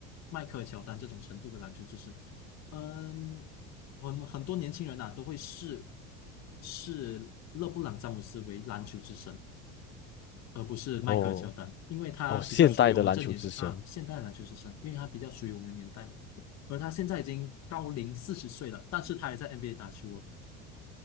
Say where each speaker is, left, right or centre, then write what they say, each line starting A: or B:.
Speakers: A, on the left (about 50°); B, on the left (about 35°).
A: 迈克尔乔丹这种程度的篮球之神。嗯，很很多年轻人啊都会视视勒布朗詹姆斯为篮球之神。而不是迈克尔乔丹，
B: 哦
A: 因为他比较属于我们这年纪啊，
B: 哦，现代的篮球之神。
A: 现代篮球是生，因为他比较属于我们的年代嘛。而他现在已经高龄四十岁了，但是他还在 NBA 打球了